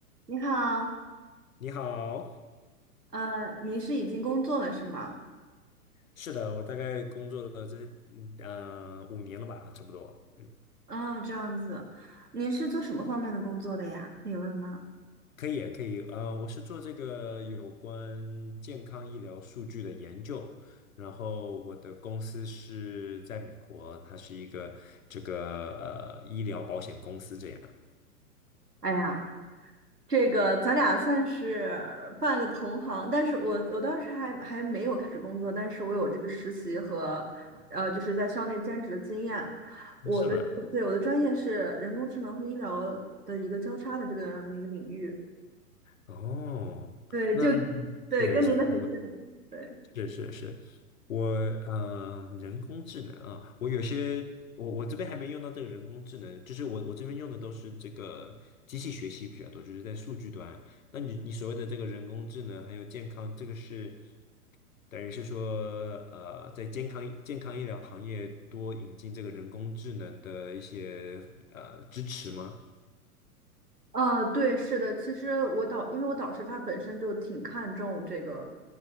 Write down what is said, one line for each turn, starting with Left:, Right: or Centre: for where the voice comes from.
Right: 你好，
Left: 你好，
Right: 呃，您是已经工作了是吗？
Left: 是的，我大概工作了这嗯呃五年了吧，差不多，嗯，
Right: 啊，这样子，您是做什么方面的工作的呀？可以问吗？
Left: 可以可以，呃，我是做这个有关健康医疗数据的研究，然后我的公司是在美国，它是一个这个呃医疗保险公司这样，
Right: 哎呀，这个咱俩算是半个同行，但是我我当时还还没有开始工作，但是我有这个实习和，呃，就是在校内兼职的经验。我的，
Left: 是吗？
Right: 对，我的专业是人工智能和医疗的一个交叉的这个样的一个领域，
Left: 哦，
Right: 对，
Left: 那
Right: 就，对，
Left: 挺有意思的。
Right: 跟您的很像，对。
Left: 是是是，我呃，人工智能啊，我有些我我这边还没用到这个人工智能，就是我我这边用的都是这个机器学习比较多，就是在数据端。那你你所谓的这个人工智能还有健康，这个是等于是说呃，在健康健康医疗行业多引进这个人工智能的一些呃支持吗？
Right: 啊，对，是的，其实我导，因为我导师他本身就挺看重这个，